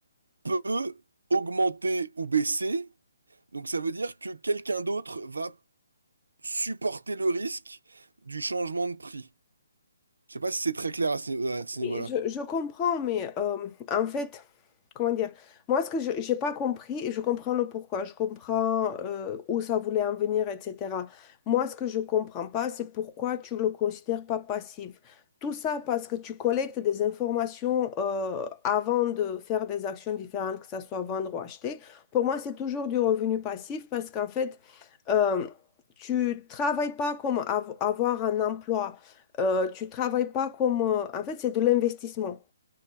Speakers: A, on the right; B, on the left.
A: peut augmenter ou baisser. Donc ça veut dire que quelqu'un d'autre va supporter le risque du changement de prix. Je sais pas si c'est très clair à ce, à ce niveau-là.
B: Oui, Je, je comprends, mais euh, en fait, comment dire, moi, ce que je j'ai pas compris, et je comprends le pourquoi, je comprends euh, où ça voulait en venir, etc. Moi, ce que je comprends pas, c'est pourquoi tu le considères pas passif. Tout ça parce que tu collectes des informations euh, avant de faire des actions différentes, que ça soit vendre ou acheter. Pour moi, c'est toujours du revenu passif parce qu'en fait, euh, tu travailles pas comme av- avoir un emploi. Euh, tu travailles pas comme... euh, en fait, c'est de l'investissement.